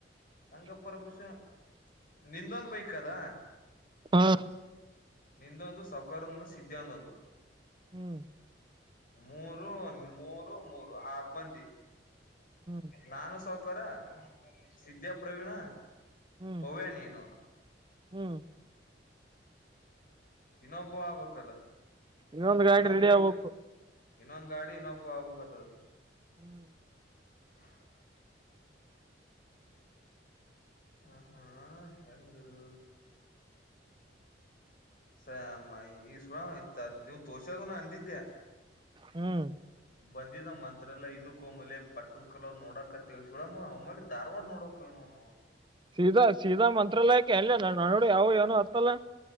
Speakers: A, on the left; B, on the right.
A: ಹಂಗ ಪರಮಿಷನ್ ನಿಂದೊಂದ್ ಬೈಕ್ ಅದಾ.
B: ಹಾ
A: ನಿಂದೊಂದು ಸೌಕಾರಂದು ಸಿದ್ಧ್ಯಾದೊಂದು.
B: ಹ್ಮ್.
A: ಮೂರು ಓನ್ ಮೂರು ಮೂರು ಆರು ಮಂದಿ.
B: ಹ್ಮ್
A: ನಾನು ಸೌಖ. ಕರ ಸಿದ್ದ್ಯಾ ಪ್ರವೀಣ.
B: ಹ್ಮ್
A: ಪವ್ವ್ಯಾ ನೀನು.
B: ಹ್ಮ್
A: ಇನ್ನೊಬ್ಬ ಆಗ್ಬಕ್ಲ್.
B: ಇನ್ನೊಂದ್ ಗಾಡಿ
A: ಇನ್ನೊಂಬೈಕ್
B: ರೆಡಿ ಆಗ್ಬೇಕು
A: ಇನ್ನೊಂದ್ ಗಾಡಿ ಇನ್ನೊಬ್ಬ ಆಗ್ಬಕ್ತದ.
B: ಹ್ಮ್.
A: <inaudible> ಹ ಹಾ ಹೆಂಗಿದು ಸಾಮ ಈ ಸು ಇಯತ್ತ್ ನೀವ್ ತೋಷಾಗನು ಅಂದಿದ್ದ್ಯಾ.
B: ಹ್ಮ್.
A: ಬಂದಿದ ಮಂತ್ರ ಎಲ್ಲ ಇದಕ್ಕ ಹಮೇಲೆ ಪಟ್ಟದ ಕಲೋ್ ನೋಡಕತ್ತವ ಸುೇಲೆ ಧವಾಡ ನೋಡಕವನೋ ನಾವು <inaudible>
B: ಸೀಧಾ ಸೀಧಾ ಮಂತ್ರಾಲಯಕ್. ಎಲ್ಲ ನ ನಡು ಯಾವು ಏನೂ ಅತ್ತಲ್ಲ.